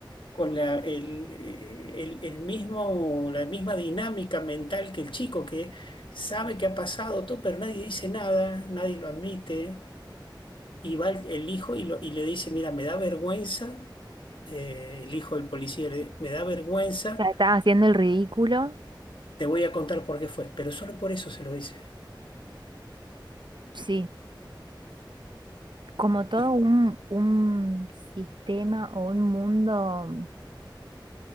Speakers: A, on the left; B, on the right.
A: con la, el, eh, el- el mismo, la misma dinámica mental que el chico que sabe que ha pasado todo, pero nadie dice nada, nadie lo admite, y va el, el hijo y, lo- y le dice, mira, me da vergüenza, eh, el hijo del policía, le- me da vergüenza,
B: sea, estaba haciendo el ridículo.
A: te voy a contar por qué fue, pero solo por eso se lo dice.
B: Sí. Como todo
A: Y
B: un, un sistema o un mundo